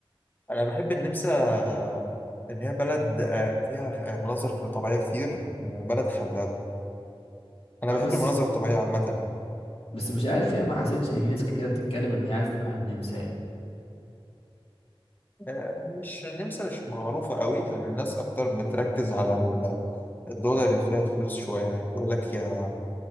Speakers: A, on the left; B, on the left.
A: أنا بحب النمسا آه، إن هي بلد آه، فيها مناظر طبيعية كتير وبلد خلابة أنا
B: اه
A: بحب
B: بس
A: المناظر الطبيعية عامة
B: بس مش عارف يعني ما حسيتش ان في ناس كتيره بتتكلم ان هي عايزه تروح النمسا يعني
A: آه، مش النمسا مش معروفة قوي يعني الناس أكتر بتركز على ال- الدولار اللي فيها فلوس شوية يعني يقول لك يا